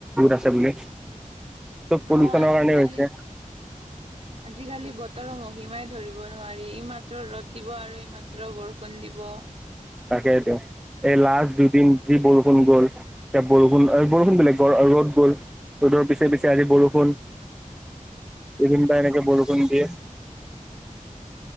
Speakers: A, in the centre; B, on the right (about 50°).
A: <unintelligible> আছে বুলি। চব পলিউচনৰ
B: অ আজিকালি,
A: কাৰণে হৈছে
B: আজিকালি বতৰ মহিমাই ধৰিব নোৱাৰি, ইমাত্ৰ ৰ'দ দিব আৰু ইমাত্ৰ বৰষুণ দিব।
A: তাকেইত লাষ্ট দুদিন যি বৰষুণ গ'ল এ বৰষুণ বৰষুণ বেলে গ ৰ'দ গ'ল, ৰ'দৰ পিছে পিছে আহজি বৰষুণ। কেইদিন বা এনেকে বৰষুণ দিয়ে।